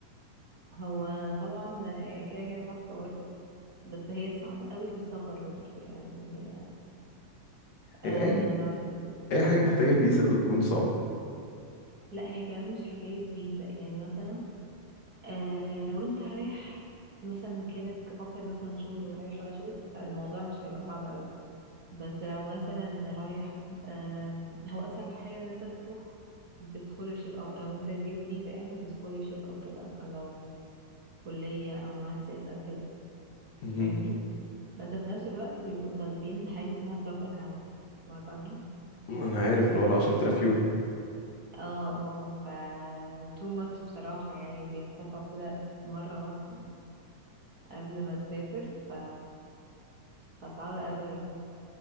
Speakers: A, on the right; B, on the left.
A: هو طبعا آه، كده كده تحفة برضه بس هي صعبة قوي في السفر برضه يعني آه
B: أي
A: لو
B: أي حاجة محتاجة فيزا بتكون صعبة
A: لا هي كمان مش حكاية فيزا يعني مثلا آه لو انت رايح مثلا جالك اوفر مثلا شغل ورايح على شغل فالموضوع مش هيبقى صعب قوي بس لو مثلا رايح آم، هو اسهل حاجة ان انت تروح بسكولرشيب او او انت تجيب الفيزا يعني بسكولرشيب او كده مثلا لو كلية او ماسترز او كده
B: مهم.
A: فاهمني بس في نفس الوقت بيبقوا طالبين حاجة اسمها بلوك اكاونت سمعت عنه
B: أنا عارف اللي هو العشرة آلاف يورو
A: اه اه ف تو ماتش بصراحة يعني بيتفقوا كده مرة واحدة قبل ما تسافر ف فصعب قوي يعني